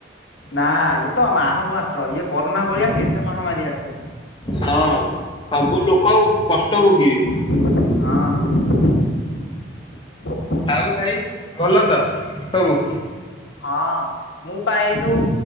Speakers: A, on the left (about 75°); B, on the left (about 25°).
A: ନା ଇଏ ତ ଆ- ଆରମ୍ଭ ମାତ୍ର ଇଏ କରୋନା ଭଳିଆ କେତେ ମହାମାରୀ ଆସିବ।
B: ହଁ ସବୁ ଲୋକ ଉ-କଷ୍ଟ ଭୋଗିବେ।
A: ହଁ।
B: ଆଉ ଭାଇ ଭଲ ତ ସବୁ?
A: ହଁ ମୁଁ ପା ଏଇ ଯଉ